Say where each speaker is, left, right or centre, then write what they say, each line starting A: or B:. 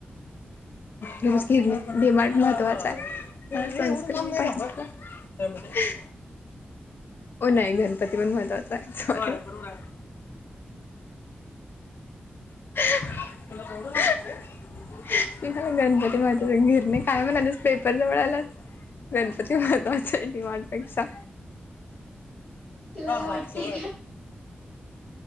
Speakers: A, on the left; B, on the left.
A: रोज गिरणीत डिमांड महत्त्वाचं आहे. संस्कृती पाहिजे. काय म्हाणते? हो! नाही गणपती पण महत्वाचा आहे. सॉरी. <unintelligible> <inaudible> म गणपती महत्व निरणे काय? म्हणालेस पेपर जवळ आला. गणपती महत्त्वच आहे डीमार्ट पेक्षा.
B: तुला
A: हा
B: काय वाटतय
A: हा स
B: का